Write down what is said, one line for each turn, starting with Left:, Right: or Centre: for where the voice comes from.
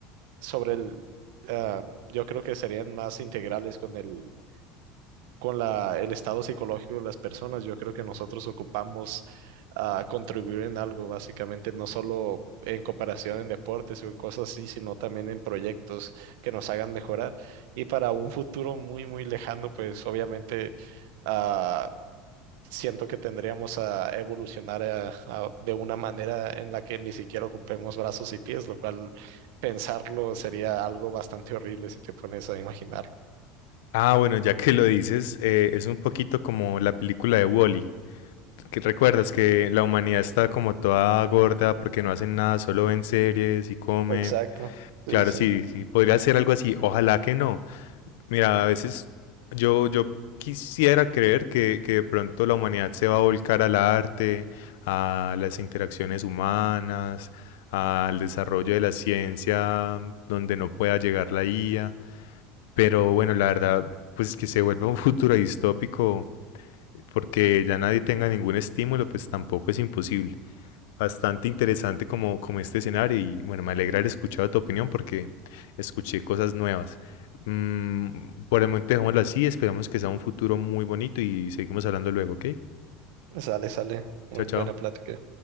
Right: sobre el... ah, yo creo que serían más integrales con el con la, el estado psicológico de las personas. Yo creo que nosotros ocupamos ah, contribuir en algo, básicamente, no solo en cooperación en deportes o en cosas así, sino también en proyectos que nos hagan mejorar. Y para un futuro muy, muy lejano, pues obviamente ah, siento que tendríamos a evolucionar a- a- de una manera en la que ni siquiera ocupemos brazos y pies, lo cual pensarlo sería algo bastante horrible si te pones a imaginarlo.
Left: Ah, bueno, ya que lo dices, eh, es un poquito como la película de Wall-E. Que recuerdas que la humanidad está como toda gorda porque no hacen nada, solo ven series y comen.
Right: Exacto. Sí,
Left: Claro,
Right: sí, sí.
Left: sí, sí, podría ser algo así. Ojalá que no, Mira, a veces yo, yo quisiera creer que, que de pronto la humanidad se va a volcar al arte, a las interacciones humanas, al desarrollo de la ciencia mm, donde no pueda llegar la IA. Pero bueno, la verdad, pues que se vuelva un futuro distópico porque ya nadie tenga ningún estímulo, pues tampoco es imposible. Bastante interesante como, como este escenario y bueno, me alegra haber escuchado tu opinión porque escuché cosas nuevas. Mm, por el momento dejémoslo así, esperamos que sea un futuro muy bonito y seguimos hablando luego, ¿ok?
Right: Sale, sale. Mm,
Left: Chao, chao.
Right: Buena plática.